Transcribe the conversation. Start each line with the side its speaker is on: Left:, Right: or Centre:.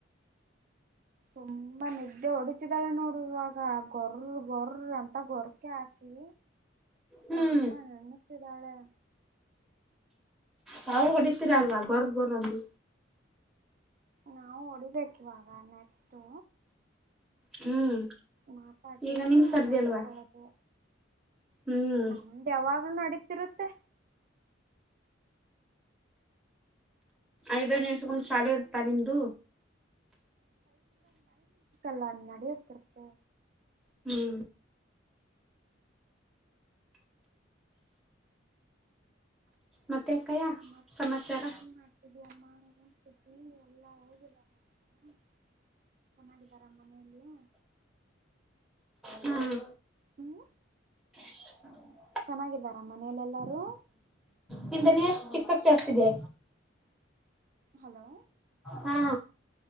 Right: ತುಂಬಾ ನಿದ್ದೆ ಹೊಡಿತಿದ್ದಾಳೆ ನೋಡುವಾಗ ಗೊರ ಗೊರ್ರ ಅಂತ ಗೊರ್ಕೆ ಹಾಕಿ
Centre: ಹ್ಮ್
Right: ಪ್ರಾಣ ಎಂಗತ್ತುದಾಳೆ
Centre: ತಾವು ಹೊಡಿತೀರ ಅಲ್ವಾ ಗೊರ್ದ ಗೊರ್ಂದು
Right: ನಾವು ಹೊಡಿಬೇಕ ಇವಾಗ ನೆಕ್ಸ್ಟು
Centre: ಹ್ಮ್
Right: ಮಾತಾಡ್ಬಿಟ್ಟು
Centre: ಈಗ ನಿಮ್ ಸರ್ದಿ
Right: ಮಲ್ಕೊಳ್ಳೋದು
Centre: ಅಲ್ವಾ ಹ್ಮ್
Right: ನಮ್ದು ಯಾವಾಗ್ಲೂ ನಡೀತಿರುತ್ತೆ
Centre: ಐದ ನಿಿವಸಕ ಚಾಲ ಇತ ನಿಮ್ದು
Right: ಲ್ಲಾ ನಡ ತರತೆ
Centre: ಹ್ಮ್ ಮತ್ತೆ ಅಕ್ಕಯ್ಯ
Right: ಮತ್ತಷ್ಟ
Centre: ಸಮಾಚಾರ
Right: ಹೆಂಗ ಮಾಡ್ತಿದ್ವಿ ಅಮ್ಮನಗಂತ್ದೀ ಎಲ್ಲಾ ಹೇೋಗಿದ ಹ ಚೆನ್ನಾಗಿದ್ದಾರ ಮನೆಯಲ್ಲಿಯ
Centre: ಹ್ಮ್
Right: ಹ್ಮ್
Centre: ಹ
Right: ಚೆನ್ನಾಗಿದ್ದಾರ ಮನೇಲೆಲ್ಲಾರು
Centre: ನಿಂತ <unintelligible> ಕೇಳಸತ್ತಿದೆ
Right: ಹಲೋ
Centre: ಹಾ